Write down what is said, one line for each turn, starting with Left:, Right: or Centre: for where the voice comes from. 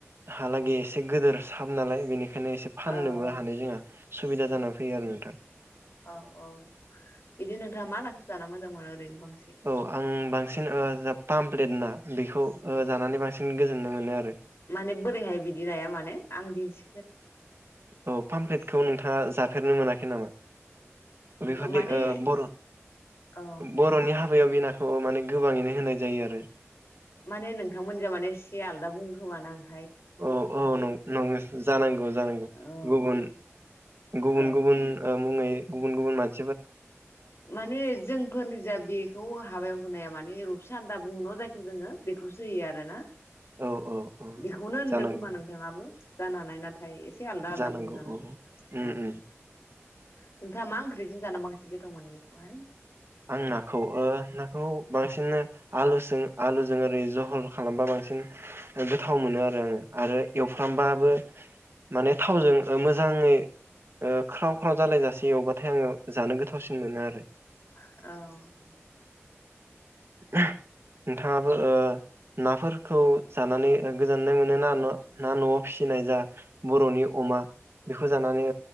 Right: हालागै एसे गोदोर साब नालाय बेनिखा बेखायनो एसे फाननोबो
Left: औ
Right: हानाय जोंहा सुबिदा जानानै फैयो आरो नोंथां।
Left: औ औ बिदि नोंथाङा मा नाखौ जाना मोजां मोन ओरैनो बां
Right: औ आं बांसिन ओ जा पामप्लेट ना बेखौ ओ जानानै बांसिन बांसिन गोजोननाय मोनो आरो।
Left: माने बोरैहाय बिदि नाया माने आं दिनैस
Right: औ पामप्लेटखौ नोंथां जाफेरनो मोनाखै नामा बेफोरदि
Left: ओ माने
Right: बर'
Left: औ
Right: बर'नि हा सयाबिनाथ' माने गोबाङैनो होनाय जायो आरो।
Left: माने नोंथांमोनजों माने एसे आलदा बुंखोमानो दां
Right: औ औ नं नं जानांगौ जानांगौ
Left: औ
Right: गुबुन गुबुन
Left: औ
Right: गुबुन मुङै गुबुन गुबुन मान
Left: माने जोंफोरनि जा बेखौ हाबायाव होनाया मान निरुफ सान्दा बुङो जायखौ जोङो बेखौसो होयो आरो ना।
Right: औ औ औ
Left: बेखौनो होनदो
Right: जानांगौ
Left: खोमा नोंथाङाबो। जानोहानाय ना फाय एसे आलदा आलादा
Right: जानांगौ
Left: बुङो नालाय
Right: औ उम
Left: औ नोंथाङा
Right: उम
Left: मा ओंख्रिजों जानो बांसि गोथाव मोनैखौहाय
Right: आं नाखौबो नाखौ बांसिन आलुजों आलु जों ओरै जहल खालामबा बांसिन गोथाव मोनो आरो आङो आरो एवफ्रामबाबो माने थावजों मोजाङै ख्राव ख्राव जालायजासे एवबाथाय आङो जानो गोथावसिन मोनो आरो।
Left: औ
Right: नोंथाङाबो नाफोरखौ जानानै गोजोननाय मोनो ना ना नआव फिसिनाय जा बरनि अमा बेखौ जानानै